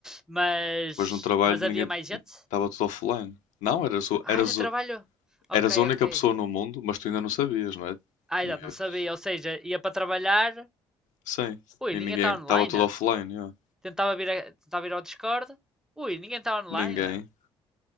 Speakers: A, in the centre; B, on the left.
A: Mas,
B: depois no trabalho
A: mas
B: ninguém
A: havia mais gente?
B: estava tudo offline. Não, eras, o- eras,
A: Ai, no
B: o-
A: trabalho?
B: eras
A: Ok,
B: a única
A: ok.
B: pessoa no mundo, mas tu ainda não sabias, não é?
A: Ah,
B: Tinhas-
A: exato, não sabia. Ou seja, ia para trabalhar.
B: Sim.
A: Ui,
B: E
A: ninguém
B: ninguém.
A: está online.
B: Estava tudo offline, yeah.
A: Tentava vir, a- tentava ir ao Discord. Ui, ninguém está online.
B: Ninguém.